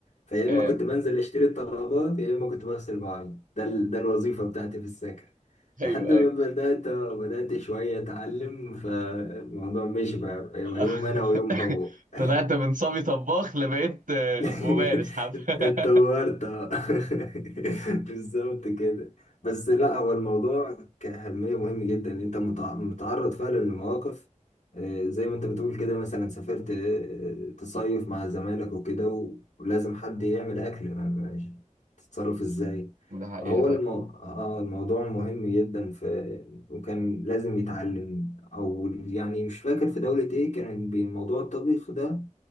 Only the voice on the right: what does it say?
<laughs>
ايوه
ايوه
<laughs>
طلعت من صبي طباخ لبقيت آه،
ممارس حب <laughs>
ده حقيقة
فعلا